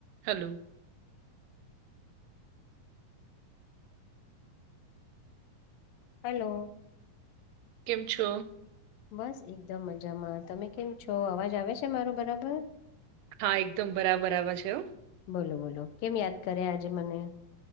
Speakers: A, on the right (about 80°); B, on the left (about 80°).
A: Hello. !
B: Hello!
A: કેમ છો.?
B: બસ એકદમ મજામાં તમે કેમ છો અવાજ આવે છે મારો બરાબર.?
A: હા એકદમ બરાબરબર છે.
B: બોલો બોલો કેમ યાદ કરે આજે મને.?